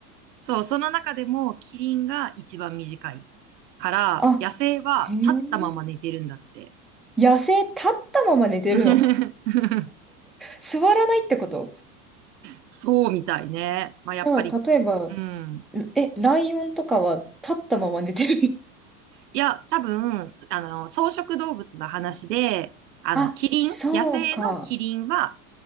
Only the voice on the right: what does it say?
そう、その中でもキリンが一番短いから、
野生は立ったまま寝てるんだって。
<laughs>
そうみたいね。まあ、やっぱり、
うん。
いや、多分、すあの、草食動物の話で、あの、
キリン、
野生のキリンは、